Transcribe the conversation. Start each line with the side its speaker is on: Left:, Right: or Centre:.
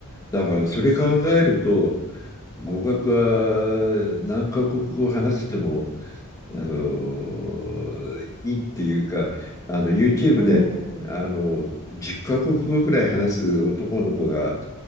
Left: だからそれ考えると、語学は何カ国語話せても、あのいいっていうか、あの YouTube
Right: うんう
Left: であの10カ国語ぐらい話す男の子が